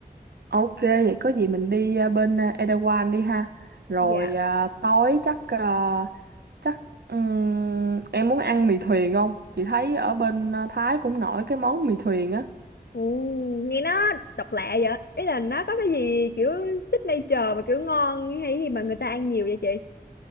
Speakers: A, on the right; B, on the left.
A: ok vậy có gì mình đi à, bên à, Erawan đi ha rồi
B: dạ
A: à, tối chắc à, chắc ừm, em muốn ăn mì thuyền không chị thấy ở bên à, Thái cũng nổi cái món mì thuyền á
B: Ồ, nghe nó độc lạ vậy ý là nó có cái gì kiểu signature mà kiểu ngon hay gì mà người ta ăn nhiều vậy chị